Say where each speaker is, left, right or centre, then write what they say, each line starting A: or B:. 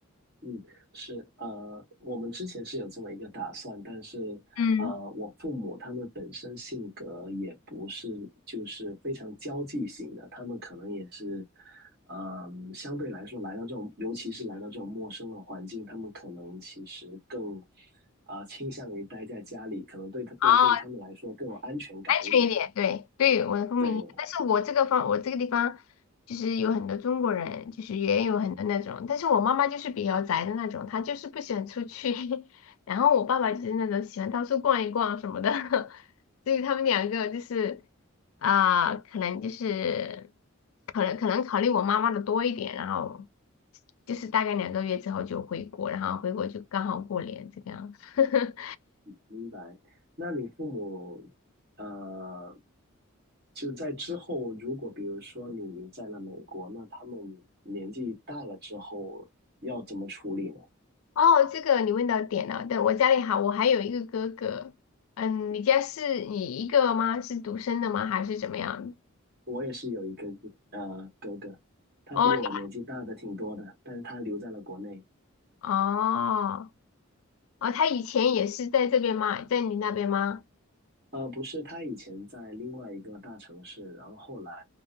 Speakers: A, on the right; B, on the left.
A: 嗯，是，呃，我们之前是有这么一个打算，但是，
B: 嗯。
A: 呃，我父母他们本身性格也不是就是非常交际型的，他们可能也是，嗯、相对来说来到这种，尤其是来到这种陌生的环境，他们可能其实更，啊、呃倾向于待在家里，可能对他对对他们来说更有安全感一点，
B: 好。安全一点，对对，我的风母一样但是我这个方，
A: 对。
B: 我这个地方就是有很多中国人，就是也有很多那种，但是我妈妈就是比较宅的那种，她就是不喜欢出去，<laughs> 然后我爸爸就是那种喜欢到处逛一逛什么的，<laughs> 所以他们两个就是啊、可能就是可能可能考虑我妈妈的多一点，然后就是大概两个月之后就回国，然后回国就刚好过年这个样。<laughs> 子。
A: 明白。那你父母，呃，就在之后，如果比如说你留在了美国，那他们年纪大了之后要怎么处理呢？
B: 哦，这个你问到点了。对，我家里还我还有一个哥哥。嗯，你家是你一个吗？是独生的吗？还是怎么样？
A: 我也是有一个呃哥哥，他比我年纪大的挺多的，
B: 哦，你
A: 但是他留在了国内。
B: 哦哦，他以前也是在这边吗？在你那边吗？
A: 呃，不是，他以前在另外一个大城市，然后后来，